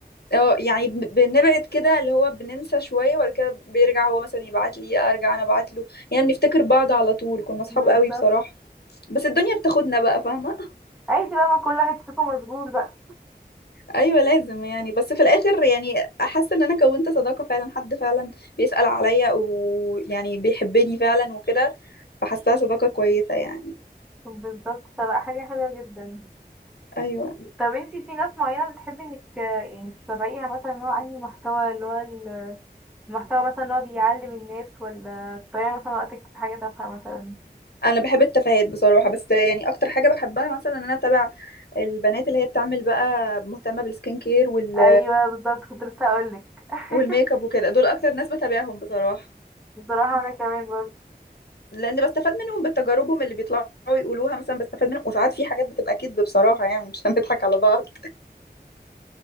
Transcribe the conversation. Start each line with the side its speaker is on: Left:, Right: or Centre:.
Left: اه يعني بن- بنبعد كده اللي هو بننسى شوية وبعد كده بيرجع هو مثلا يبعت لي ارجع انا ابعت له يعني بنفتكر بعض على طول كنا
Centre: بالظبط
Left: اصحاب قوي بصراحة بس الدنيا بتاخدنا بقى فاهمة <laughs>
Centre: عادي بقى ما كل واحد فيكم مشغول بقى
Left: ايوه لازم يعني بس في الاخر يعني حاسة ان انا كونت صداقة فعلا حد فعلا بيسأل عليا ويعني بيحبني فعلا وكده فحاساها صداقة كويسة يعني
Centre: بالظبط فلا حاجه حلوه جدا
Left: ايوه
Centre: طب انتي في ناس معينة بتحبي انك آه، يعني تتابعيها مثلا ان هو انهي محتوى اللي هو ال- المحتوى مثلا اللي هو بيعلم الناس ولا بتضيعي مثلا وقتك في حاجة تافهة مثلا
Left: انا بحب التفاهات بصراحة بس يعني اكتر حاجة بحبها مثلا ان انا اتابع البنات اللي هي بتعمل بقى مهتمة بالسكين كير وال
Centre: ايوه بالظبط كنت لسه اقولك <laughs>
Left: والميك اب وكده دول اكتر ناس بتابعهم بصراحة
Centre: بصراحة انا كمان برضه
Left: لان بستفاد منهم بتجاربهم اللي بيطلعوا يقولوها مثلا بستفاد منهم وساعات في حاجات بتبقى كذب بصراحة يعني مش هنضحك على بعض